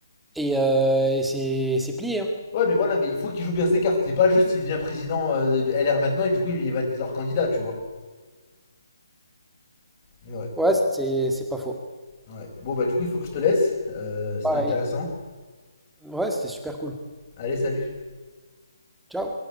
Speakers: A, in the centre; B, on the left (about 35°).
A: et, euh, et c'est c'est plié, hein.
B: Ouais, mais voilà, mais il faut qu'il joue bien ses cartes. C'est pas juste s'il devient président euh, du LR maintenant et du coup, il va être leur candidat, tu vois. Mais ouais,
A: Ouais, c'est c'est pas faux.
B: ouais. Bon, bah, du coup, il faut que je te laisse. Euh, C'était
A: Pareil.
B: intéressant.
A: Ouais, c'était super cool.
B: Allez, salut.
A: Ciao.